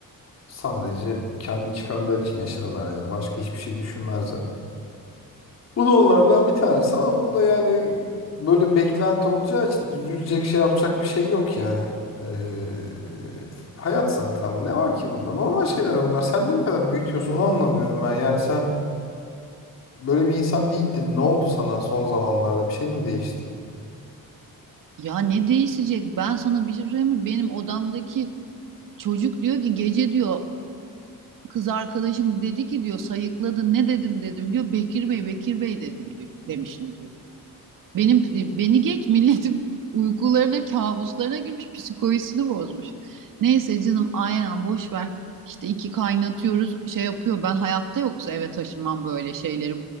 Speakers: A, on the left; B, on the right.
A: Sadece kendi çıkarları için yaşarlar yani. Başka hiçbir şey düşünmezler. Bu da onlardan bir tanesi ama bunda yani böyle beklenti olacağı için üzülecek şey yapacak bir şey yok yani. Ee, hayat zaten bu. Ne var ki bunda? Normal şeyler bunlar. Sen niye bu kadar büyütüyorsun onu anlamıyorum ben. Yani sen böyle bir insan değildin. Ne oldu sana son zamanlarda? Bir şey mi değişti?
B: Ya ne değişecek? Ben sana bir şey söyleyeyim mi? Benim odamdaki çocuk diyor ki gece diyor kız arkadaşım dedi ki diyor sayıkladı ne dedim dedim diyor. Bekir Bey Bekir Bey dedim diyor demişim diyor. Benim e, beni geç milletin <laughs> uykularına kabuslarına girmiş psikolojisini bozmuş. Neyse canım aynen boş ver. İşte iki kaynatıyoruz şey yapıyor ben hayatta yoksa eve taşınmam böyle şeyleri.